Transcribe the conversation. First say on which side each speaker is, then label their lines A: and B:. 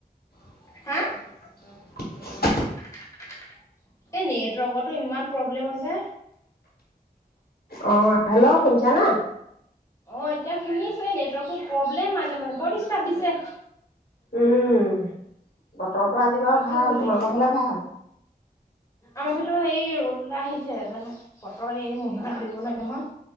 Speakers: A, on the left; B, on the left.
A: <unintelligible>
B: হা এই নেটৱৰ্কতো ইমান প্ৰব্লেম হৈছে।
A: অ হেল্ল' শুনিছা না?
B: অ এতিয়া শুনিছে নেটৱৰ্কটো প্ৰব্লেম মাজে মাজে বৰ ডিষ্টাৰ্ব দিছে।
A: উম বতৰটো আজি বাৰু
B: ভালকে
A: ভাল,
B: শুনি
A: তোমালোকৰ ফালে ভাল?
B: আমাৰ ফালে সেই ৰ'দ ওলাই আহিছে জানো বতৰ এই মহিমা ধৰিব নোৱাৰি নহয়।